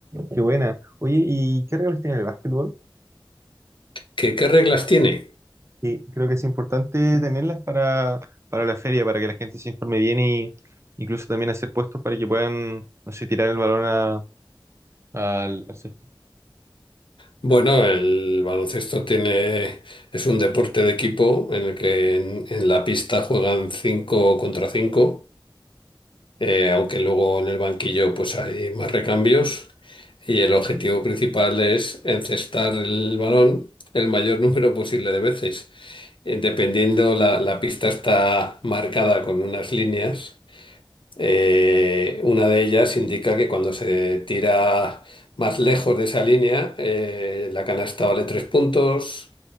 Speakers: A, on the right (about 35°); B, on the left (about 75°).
A: Qué buena. Oye, ¿y qué reglas tiene el básquetbol?
B: ¿Qué, qué reglas tiene?
A: Sí, creo que es importante tenerlas para, para la feria, para que la gente se informe bien y incluso también hacer puestos para que puedan, no sé, tirar el balón a- al, al césped.
B: Bueno, el baloncesto tiene, es un deporte de equipo en el que en, en la pista juegan 5 contra 5. eh, aunque luego en el banquillo pues hay más recambios y el objetivo principal es encestar el balón el mayor <laughs> número posible de veces. Eh, Dependiendo, la, la pista está marcada con unas líneas. Eh, una de ellas indica que cuando se tira más lejos de esa línea, eh, la canasta vale tres puntos,